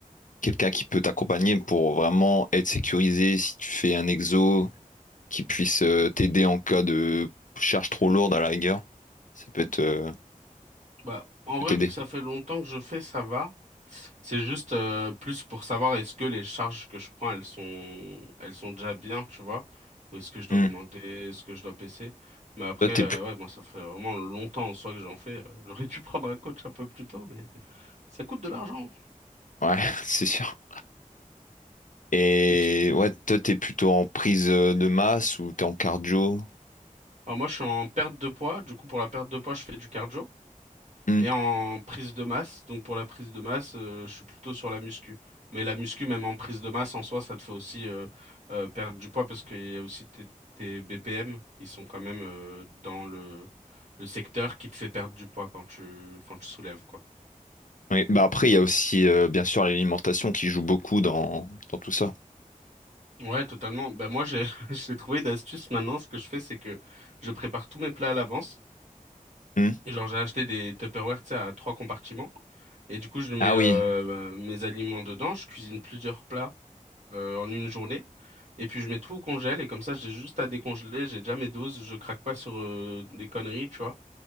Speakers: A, on the left (about 65°); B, on the right (about 55°).
A: quelqu'un qui peut t'accompagner pour vraiment être sécurisé si tu fais un exo, qui puisse euh, t'aider en cas de charge trop lourde à la rigueur. Ça peut être, euh,
B: Bah, en
A: peut
B: vrai,
A: t'aider.
B: vu que ça fait longtemps que je fais, ça va. C'est juste euh, plus pour savoir est-ce que les charges que je prends, elles sont elles sont déjà bien, tu vois, ou est-ce que je dois
A: Hmm.
B: augmenter, est-ce que je dois baisser. Mais après,
A: Toi, t'es
B: euh,
A: plus...
B: ouais, moi, ça fait vraiment longtemps en soi que j'en fais. Euh, J'aurais dû <laughs> prendre un coach un peu plus tôt, mais ça coûte de l'argent.
A: Ouais, <laughs> c'est sûr. Et
B: Et tu-
A: ouais, toi, t'es plutôt en prise euh, de masse ou t'es en cardio?
B: Alors moi, je suis en perte de poids. Du coup, pour la perte de poids, je fais du cardio.
A: Hmm.
B: Et en prise de masse, donc pour la prise de masse, euh, je suis plutôt sur la muscu. Mais la muscu, même en prise de masse en soi, ça te fait aussi euh, euh, perdre du poids parce qu'il y a aussi tes, tes BPM, ils sont quand même euh, dans le, le secteur qui te fait perdre du poids quand tu, quand tu soulèves, quoi.
A: Oui, bah après, il y a aussi, euh, bien sûr, l'alimentation qui joue beaucoup dans, dans tout ça.
B: Ouais, totalement. Ben moi, j'ai <laughs> j'ai trouvé une astuce maintenant. Ce que je fais, c'est que je prépare tous mes plats à l'avance.
A: Hmm.
B: Et Genre, j'ai acheté des Tupperware, tu sais, à trois compartiments. Et du coup, je mets
A: Ah
B: euh,
A: oui,
B: mes aliments dedans. Je cuisine plusieurs plats euh, en une journée. Et puis je mets tout au congèle et comme ça j'ai juste à décongeler, j'ai déjà mes doses, je craque pas sur euh, des conneries, tu vois.